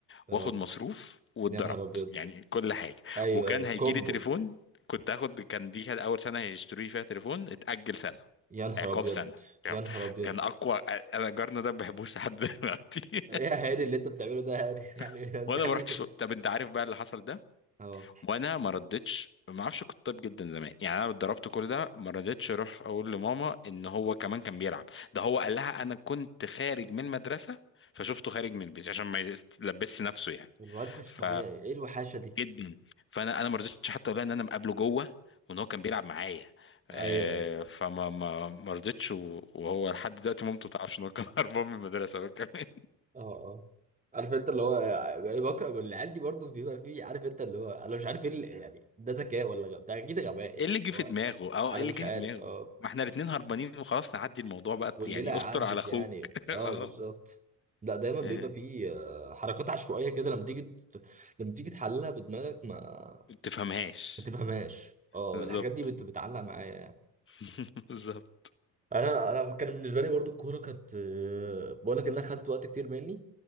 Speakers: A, on the right; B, on the left.
A: اه
B: واخد مصروف واتضربت
A: يا نهار ابيض
B: يعني كل حاجه
A: ايوه
B: وكان
A: ايوه
B: هيجي
A: كومبو
B: لي تليفون كنت هاخد كان دي كانت اول سنه هيشتروا لي فيها تليفون اتاجل سنه
A: يا نهار
B: عقاب
A: ابيض
B: سنه كامل
A: يا نهار ابيض
B: كان اقوى انا جارنا ده ما بحبوش لحد دلوقتي
A: ايه يا هاني اللي انت بتعمله ده يا هاني <laughs> يعني
B: <laughs>
A: انت
B: وانا
A: هاني
B: ما رحتش طب انت عارف بقى اللي حصل ده
A: اه
B: وانا ما ردتش ما اعرفش كنت طيب جدا زمان يعني انا اتضربت كل ده ما رضيتش اروح اقول لماما ان هو كمان كان بيلعب ده هو قال لها انا كنت خارج من المدرسه فشفته خارج من البيت عشان ما يلبسش نفسه يعني
A: الواد مش
B: ف
A: طبيعي ايه الوحاشه دي
B: جدا فانا انا ما رضيتش حتى اقول لها ان انا مقابله جوه وان هو كان بيلعب معايا
A: ايوه
B: آه،
A: ايوه
B: فما ما ما رضيتش و- وهو لحد دلوقتي مامته ما تعرفش ان هو كان <laughs> هربان من المدرسه هو كمان
A: اه اه عارف انت اللي هو يعني بكره العيال دي برضه بيبقى فيه عارف انت اللي هو انا مش عارف ايه اللي- يعني ده ذكاء ولا غباء ده اكيد غباء
B: ايه
A: يعني
B: اللي
A: اللي
B: جه
A: هو
B: في دماغه اه
A: انا
B: ايه اللي
A: مش
B: جه
A: عارف
B: في دماغه
A: اه
B: ما احنا الاتنين هربانين وخلاص نعدي الموضوع بقى
A: والليله
B: يعني
A: عدت
B: استر على اخوك
A: يعني
B: <laughs>
A: اه
B: اه
A: بالظبط لا دايما بيبقى
B: آه،
A: فيه آه، حركات عشوائيه كده لما تيجي تت- لما تيجي تحللها بدماغك ما
B: ما تفهمهاش
A: ما تفهمهاش اه
B: بالظبط
A: الحاجات دي بت... بتعلق معايا يعني
B: <laughs> بالظبط
A: انا انا كان بالنسبه لي برضو الكوره كانت آه، بقول لك انها خدت وقت كتير مني